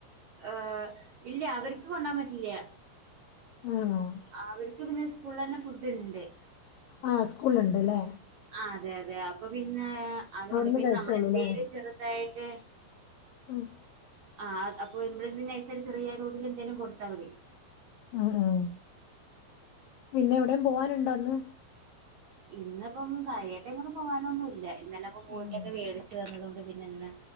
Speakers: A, on the right; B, on the left.
A: ഏ ഇല്ല അവർക്ക് കൊണ്ടാൻ പറ്റില്ല
B: ആഹ്
A: ആ അവർക്ക് പിന്നെ സ്കൂള് തന്നെ ഫുഡ് ഉണ്ട്
B: ആഹ് സ്കൂൾണ്ട്ല്ലേ
A: ആഹ് അതെ അതെ അപ്പൊ പിന്നെ അതുകൊണ്ട്
B: അവിടുന്ന്
A: പിന്നെ
B: കഴിച്ചോളൂല്ലേ
A: നമ്മൾ എന്തേലും ചെറുതായിട്ട്
B: ഉം
A: ആഹ് അപ്പൊ നമ്മെന്തന് അനുസരിച്ച് ചെറിയാ തോതിൽ എന്തേലും കൊടുത്താൽ മതി
B: ഉം ഉം പിന്നെ എവിടെയും പോവാനുണ്ടോ അന്ന്
A: ഇന്നിപ്പം കാര്യമായിട്ട്‌ എങ്ങും പോകാനൊന്നും ഇല്ല, ഇന്നലെ ഇപ്പൊ പോയിട്ടൊക്കെ
B: ഉം
A: മേടിച്ച്‌ വന്നതൊണ്ട് പിന്നെ നിന്ന്